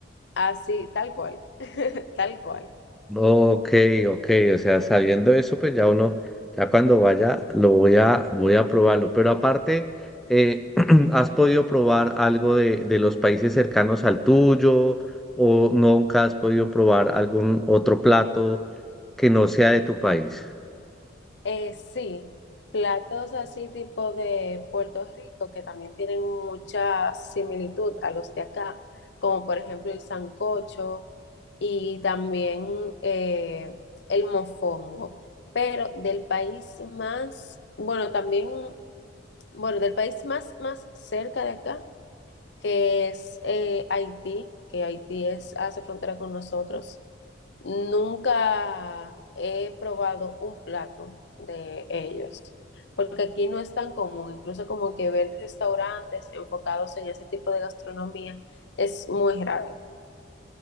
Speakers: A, on the left; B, in the centre.
A: Así, tal cual, tal cual.
B: Ok, ok, o sea, sabiendo eso, pues ya uno, ya cuando vaya, lo voy a, voy a probarlo. Pero aparte, eh, <clears throat> ¿has podido probar algo de, de los países cercanos al tuyo? ¿O nunca has podido probar algún otro plato que no sea de tu país?
A: Eh, sí, platos así tipo de Puerto Rico que también tienen mucha similitud a los de acá, como por ejemplo el sancocho y también eh, el mofongo, pero del país más, bueno, también, bueno, del país más, más cerca de acá, que es eh, Haití, que Haití es, hace frontera con nosotros. Nunca he probado un plato de ellos, porque aquí no es tan común, incluso como que ver restaurantes enfocados en ese tipo de gastronomía es muy raro.